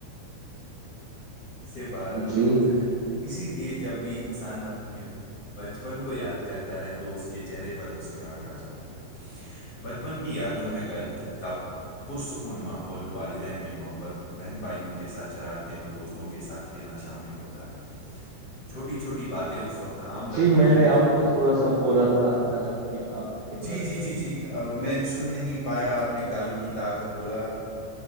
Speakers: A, on the left; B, on the right.
A: سے بار
B: جی
A: ہوتا ہے اسی لیے جب بھی انسان اپنے بچپن کو یاد کرتا ہے تو اس کے چہرے پر مسکراہٹ آ جاتی ہے بچپن کی یادوں میں گھر کا پرسکون ماحول والدین کی محبت بہن بھائیوں کے ساتھ شرارتیں اور دوست کے ساتھ کھیلنا شامل ہوتا ہے چھوٹی چھوٹی باتیں اس وقت عام لگتی
B: جی میں
A: ہیں
B: نے
A: لیکن
B: آپ کو تھوڑا سا بولا تھا قلم کی طاقت کے بارے
A: جی جی
B: میں
A: جی جی میں سن نہیں پایا آپ نے قلم کی طاقت بولا